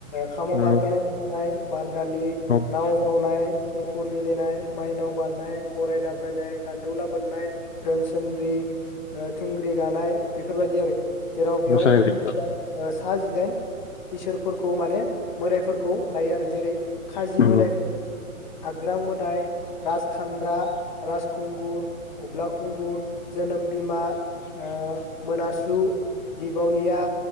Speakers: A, on the left; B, on the left.
A: खामाव
B: नंगौ
A: बारखोनाय मोसानाय बार दालि
B: औ
A: नाव जावनाय मुफुर गेलेनाय, माइनाव बारनाय, गराय दाब्रायनाय, गानदौला बोननाय, रोनसोनद्रि अ थुंग्रि गानाय बेफोरबायदि आरो । जेराव बेयाव
B: मोसानाय
A: मोन
B: जायो
A: जिदाइन ओ सा जिदाइन इसोरफोरखौ माने मोदायफोरखौ लायो आरो जेरै <unintelligible>
B: नंगौ
A: आग्रां मोदाय, राजखानद्रा, राजखुंगुर <unintelligible> खुंगुर जोनोम बिमा अ मोनासु दिपावलिया